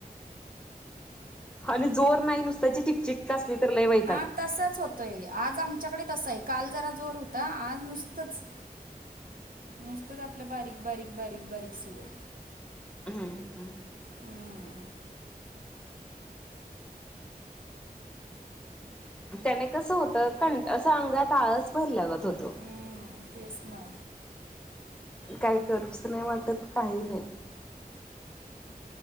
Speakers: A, in the centre; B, on the right (about 65°).
A: आणि जोर नाही नुसत्याची चिकचिक. <unintelligible>
B: हा तसाच होतोय, आज आमच्याकडे तसंय, काल जरा जोर होता आज नुसतंच नुसतंच आपलं बारीक, बारीक, बारीक, बारीक सुरूय.
A: हां हां.
B: हम्म,
A: त्याने कसं होतं कं असं अंगात आळच भरल्यागत होतो.
B: हम्म, तेच ना.
A: काही करूसं नाही वाटत काही नाही.